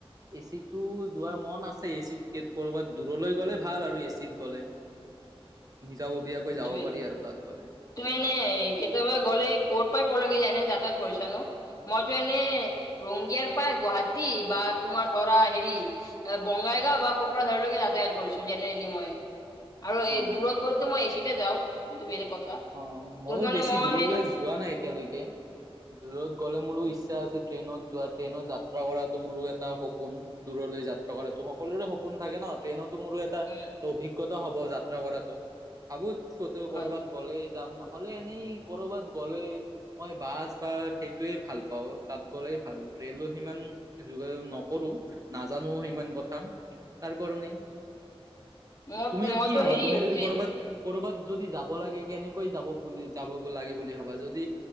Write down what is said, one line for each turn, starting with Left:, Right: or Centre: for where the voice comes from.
Right: এ চিটো যোৱাৰ মন আছে এ চিত কৰ'বাত দূৰলৈ গ'লে ভাল আৰু এ চিত গ'লে। নিজাববীয়াকৈ যাব
Left: টোৱে
Right: পাৰি আৰু তাত গ'লে
Left: ত এনে কেতিয়াবা গ'লে ক'ৰ পৰা ক'লৈকে যেনে যাতায়াত কৰিছানো। মইতো এনে ৰংগিয়াৰ পাই গুৱাহাটী বা তোমাৰ ধৰা হেৰি বগাল বাইগাঁও বা কোকৰাঝাৰলৈকে যাতায়াত কৰিছো জেনেল মই। আৰু এ
Right: অ
Left: দূৰত গলতো মই এচিতে যাওঁ কিন্তু বেলেগ কথা
Right: অ মইো
Left: যত মানে
Right: বেছি
Left: মই
Right: দূৰলৈ যোৱা নাই এতিয়ালৈকে দূৰত গ'লে মোৰো ইচ্ছা আছে ট্ৰেইনত যোৱা ট্ৰেইনত যাত্ৰা কৰাতো মোৰো এটা সপোন দূৰলৈ যাত্ৰা কৰাটো সকলোৰে সপোন। থাকে ন ট্ৰেইনত মোৰো এটা
Left: উম,
Right: অভিজ্ঞা হব যাত্ৰা কৰাটো ভাবো
Left: হয়।
Right: কৰবাত- গ'লে যাম নহলে এনেই কৰবাত গ'লে মই বাছ বা সেইটোয়ে ভাল পাওঁ তাত। গ'লে ভাল ৰেলো সিমান যোগা নকৰো নাজানো সিমান কথা। তাৰ কাৰণেই
Left: উম, মোৰ
Right: তুমি
Left: মইতো
Right: কি ভাবা
Left: হেৰি
Right: তুমি যদি
Left: ট্ৰেইন
Right: কৰবাত কৰ'ৰবাত যদি যাব লাগে কেনেকৈ যাব বুলি যাব লাগে বুলি ভাবা যদি